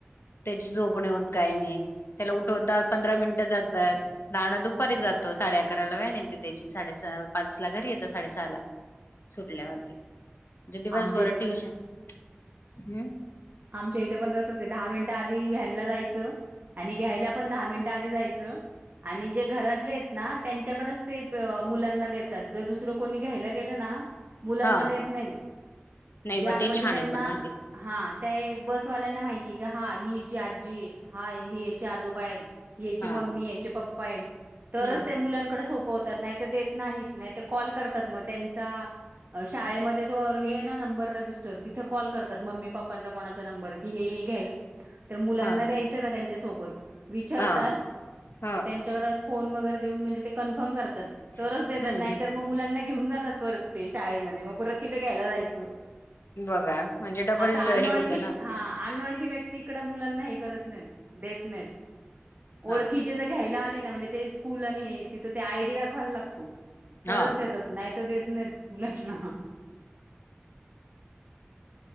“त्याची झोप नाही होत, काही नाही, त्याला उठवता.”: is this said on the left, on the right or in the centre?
Left